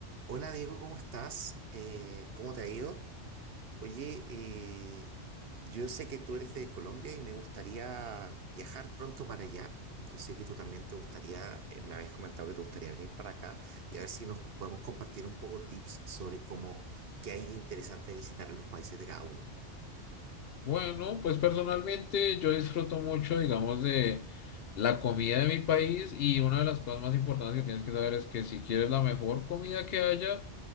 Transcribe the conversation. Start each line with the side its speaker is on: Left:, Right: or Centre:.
Right: Hola Diego, ¿cómo estás? Eh, ¿cómo te ha ido? Oye, eh, yo sé que tú eres de Colombia y me gustaría viajar pronto para allá. Yo sé que tú también te gustaría, eh, me habías comentado que te gustaría venir para acá y a ver si nos podemos compartir un poco tips sobre cómo, qué hay de interesante de visitar en los países de cada uno.
Left: Bueno, pues personalmente yo disfruto mucho, digamos, de la comida de mi país y una de las cosas más importantes que tienes que saber es que si quieres la mejor comida que haya,